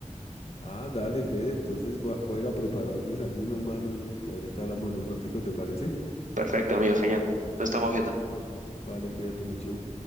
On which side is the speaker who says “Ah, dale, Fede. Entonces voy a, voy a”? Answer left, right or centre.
Left